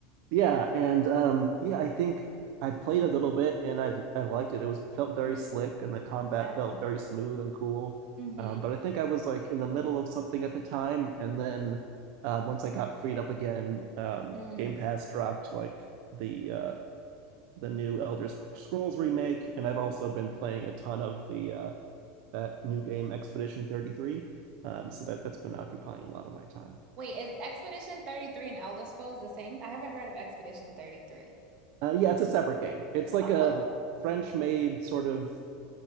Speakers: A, on the right; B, on the right.
A: Yeah, and um, yeah, I think I played a little bit, and I I liked it. It was felt very slick, and the combat
B: Uh-huh.
A: felt very smooth and cool.
B: Mm-hmm.
A: Um, but I think I was like in the middle of something at the time, and then uh, once I got freed up again, um,
B: Mm.
A: Game Pass dropped like the uh the new Elder Scrolls remake, and I've also been playing a ton of the uh, that new game Expedition 33. Um, so that that's been occupying a lot of my time.
B: Wait, is Expedition 33 and Elder Scrolls the same? I haven't heard of Expedition 33.
A: Uh, yeah, it's a separate game. It's like
B: Oh,
A: a French-made sort of